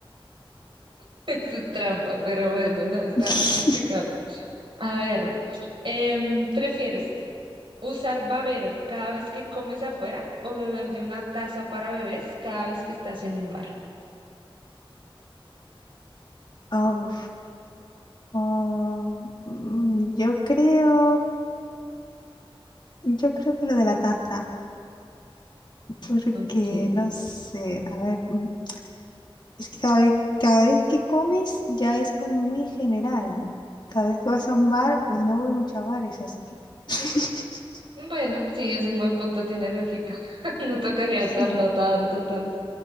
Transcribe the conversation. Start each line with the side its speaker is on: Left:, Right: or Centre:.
Right: <laughs> Eso es trampa, pero bueno, no, está
Left: <laughs>
Right: complicado. A ver, em, ¿prefieres usar babero cada vez que comes afuera o beber de una taza para bebés cada vez que estás en un bar?
Left: Oh, oh, mm, yo creo, yo creo que lo de la taza, porque
Right: Ok.
Left: no sé, a ver, mm, es que cada vez, cada vez que comes ya es como muy general, ¿no? Cada vez que vas a un bar, pues no voy mucho a bares, así que... <laughs>
Right: Bueno, sí, es un buen punto, tiene lógica. <laughs> No tocaría
Left: Sí,
Right: usarlo tanto, tanto.